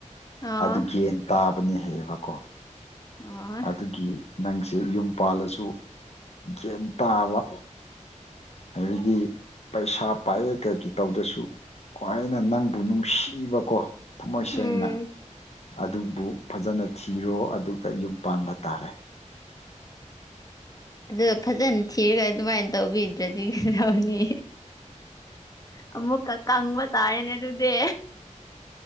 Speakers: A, on the left; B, on the left.
A: ꯑꯣ
B: ꯑꯗꯨ ꯒꯦꯟ ꯇꯥꯕꯅꯦ ꯍꯥꯏꯌꯦꯕꯀꯣ
A: ꯑꯣ
B: ꯑꯗꯨꯒꯤ ꯅꯪꯁꯦ ꯌꯨꯝ ꯄꯥꯜꯂꯁꯨ ꯒꯦꯟ ꯇꯥꯕ ꯑꯗꯩꯗꯤ ꯄꯩꯁꯥ ꯄꯥꯏꯔꯦ ꯀꯩꯩ ꯇꯧꯗ꯭ꯔꯁꯨ ꯈ꯭ꯋꯥꯏꯅ ꯅꯪꯕꯨ ꯅꯨꯡꯁꯤꯕꯀꯣ ꯊꯃꯣꯏ
A: ꯎꯝ
B: ꯁꯦꯡꯅ ꯑꯗꯨꯕꯨ ꯐꯖꯅ ꯊꯤꯔꯣ ꯑꯗꯨꯒ ꯌꯨꯝ ꯄꯥꯟꯕ ꯇꯥꯔꯦ <inaudible> <inaudible>
A: ꯑꯗꯨ ꯐꯖꯅ ꯊꯤꯔꯒ ꯑꯗꯨꯃꯥꯏꯅ ꯇꯧꯕꯤꯗ꯭ꯔꯗꯤ ꯀꯩꯗꯧꯅꯤ ꯑꯃꯃꯨꯛꯀ ꯀꯪꯕ ꯇꯥꯔꯦꯅꯦ ꯑꯗꯨ ꯗꯤ